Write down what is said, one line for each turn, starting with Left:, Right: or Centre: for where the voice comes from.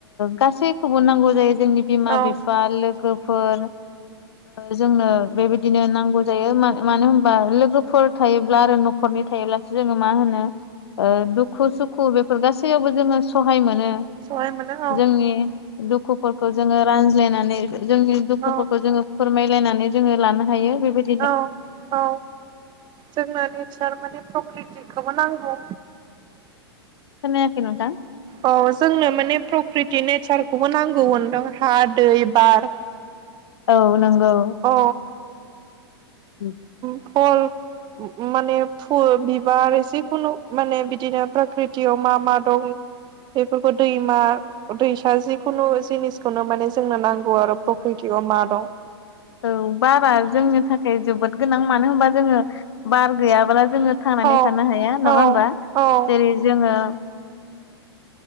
Left: गासैखौबो नांगौ जायो जोंनि बिमा
Right: औ
Left: बिफा लोगोफोर जोंनो बेबायदिनो नांगौ जायो मानो होमबा लोगोफोर थायोब्ला आरो नख न'खरनि थायोब्लासो जोङो मा होनो दुख खु सुखु बेफोर गासैयावबो जोङो सहाय मोनो
Right: सहाय मोनो औ
Left: जों नि दुखुफोरखौ जोङो रानज्लायनानै जोंनि दुखुफोरखौ
Right: औ
Left: जोङो फोरमायलायनानै जोङो लानो हायो बेबायदि
Right: औ औ। जोंनो नेतस्सार माने प्रकृतिखौबो नांगौ
Left: खोनायाखै नोंथां
Right: औ जोंनो माने प्रकृति नेतस्सारखौबो नांगौ होनदां हा दै बार
Left: औ नंगौ।
Right: अ
Left: <inaudible>
Right: <unintelligible> माने फुल बिबार जिखुनु माने बिदिनो पाकृतियाव मा मा दं बेफोरखौ दैमा दैसा जिखुनु जिनिसखौनो माने जोंनो नांगौ आरो फकृतिआव मा दं।
Left: औ बारा जोंनि थाखाय जोबोद गोनां मानो होनबा जोङो बार गैयाब्ला जोङो। थांनानै
Right: औ
Left: थानो हाया नङा
Right: औ
Left: होमबा
Right: औ
Left: जेरै जोङो।